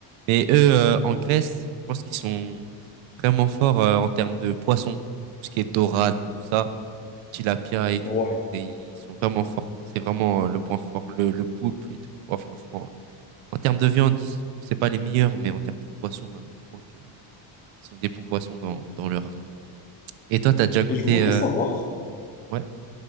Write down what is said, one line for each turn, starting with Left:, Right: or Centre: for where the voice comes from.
Right: Mais eux, euh, en Grèce, je pense qu'ils sont vraiment forts euh, en termes de poissons, tout ce qui est dorade, tout ça, tilapia et tout.
Left: Ouais.
Right: Et ils sont vraiment forts. C'est vraiment euh, le point fort, le, le poulpe et tout. Oh, franchement, euh, en termes de viande, ils sont- c'est pas les meilleurs, mais en termes de poissons, euh, on voit que ils sont des bons poissons dans, dans leur réseau. Et toi, t'as déjà goûté
Left: Et je voulais
Right: euh,
Left: savoir.
Right: ouais,